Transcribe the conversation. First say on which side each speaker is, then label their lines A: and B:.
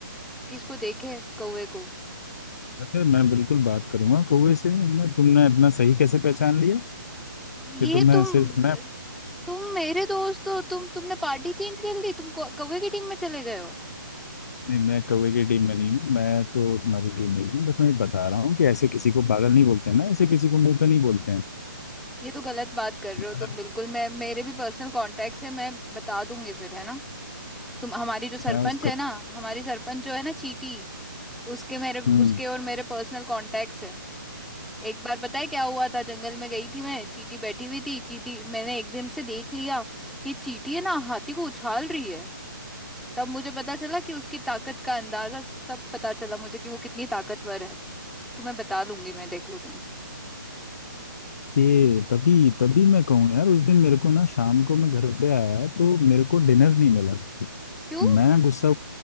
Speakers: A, in the centre; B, on the left.
A: कि इसको देखे कौवे को
B: अरे मैं बिल्कुल बात करूंगा कौवे से हमने तुमने इतना सही कैसे पहचान लिया कि
A: ये
B: तो मैं
A: तुम
B: सिर्फ मैं
A: तुम मेरे दोस्त हो तुम तुमने पार्टी चेंज कर ली तुम कौ- कौवे की टीम में चले गए हो
B: नहीं मैं कौवे की टीम में नहीं हूँ मैं तो तुम्हारी टीम में ही हूँ बट मैं ये बता रहा हूँ कि ऐसे किसी को पागल नहीं बोलते ना ऐसे किसी को मुंह पे नहीं बोलते हैं
A: ये तो गलत बात कर रहे
B: मैं
A: हो तुम बिल्कुल मैं मेरे भी पर्सनल कॉन्टेक्ट्स है मैं बता दूंगी फिर है ना तुम हमारी जो सरपंच
B: मैं उसका
A: है ना हमारी सरपंच जो है ना चीटी उसके मेरे उसके
B: हम्म
A: और मेरे पर्सनल कॉन्टेक्ट्स है एक बार पता है क्या हुआ था जंगल में गई थी मैं चींटी बैठी हुई थी चींटी मैंने एकदम से देख लिया कि चींटी है ना हाथी को उछाल रही है तब मुझे पता चला कि उसकी ताकत का अंदाजा तब पता चला मुझे कि वो कितनी ताकतवर है तुम्हें बता लूंगी मैं देख लो तुम
B: ये तभी तभी मैं कहूँ यार उस दिन मेरे को ना शाम को मैं घर पे आया तो मेरे को डिनर नहीं मिला
A: क्यों
B: मैं गुस्सा